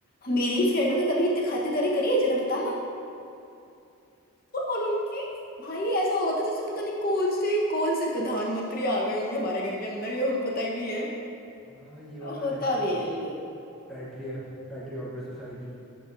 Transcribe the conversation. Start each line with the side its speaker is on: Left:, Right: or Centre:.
Left: मेरी फ्रेंडों के कभी इतने खातिरदारी करी है जरा बताना और उनकी भाई ऐसा हो रहा था जैसे पता नहीं कौन से कौन से प्रधानमंत्री आ गए होंगे हमारे घर के अंदर ये हमें पता ही नहीं है
Centre: हाँ, ये वाला
Left: होता
Centre: है
Left: भी
Centre: थोड़ा
Left: है ये
Centre: पैट्री पैट्री ऑर्गन सोसाइटी